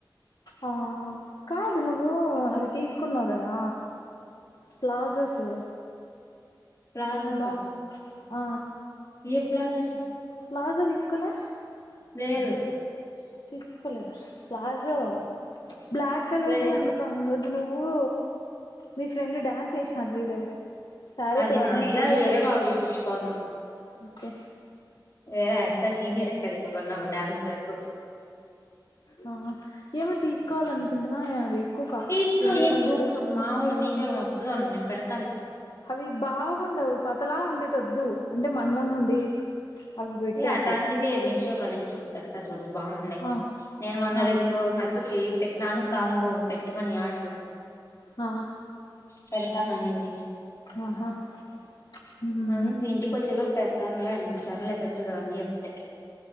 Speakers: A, on the left (about 70°); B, on the left (about 40°).
A: ఆ కాదు ను నువ్వు అవి తీసుకున్నావు కదా ప్లాజసు
B: ప్లాజాసా
A: బా ఆ
B: ఏం ప్లాజర్స్
A: ప్లాజా తీసుకోలే
B: లేదు
A: తీసుకోలేదా ప్లాజో బ్లాక్ కలర్వి
B: లే
A: అందుక ఆ రోజు నువ్వు మీ ఫ్రెండ్ డాన్స్ చెసినారు చూడు శారీ
B: అది
A: తెవకుండా
B: నాదిగాది
A: పోయినసారి
B: వేరే పాప ఇప్పించుకోన్న
A: ఓకే
B: వేరే అక్క సీనియర్ <unintelligible> తీసుకున్నా డాన్స్ వరకు
A: ఆ ఏమో తీసుకోవాలనుకో కుంటున్నా అది ఎక్కువ కాస్ట్
B: తీస్కో
A: ట్వెల్వ్
B: ఏ
A: హండ్రెడ్
B: గపు మాముూలు మీషోల్ మొత్త ఉన్నాయి పేడ్
A: అవి బాగు ఉండవు పతలా ఉండేటివి వద్దు అంటే మందంగా ఉండి అవి పెట్టు
B: ఏయా
A: అయితే
B: ఆటంటివే మీషోలోంచి చూసి పెడతా చూ చూడు బాగున్నాయి
A: ఆ
B: నేను మొన్న
A: ఆ
B: రెండు మా అక్కకి పెట్టినాను కంబో పెట్టమని ఆర్డర్
A: ఆ
B: పెడతాను అనింది
A: ఆహా హ్మ్
B: అందుకు ఇంటికొచ్చేలోపు పెడతానులే అనింది సర్లే పెట్ <unintelligible> చెప్పతే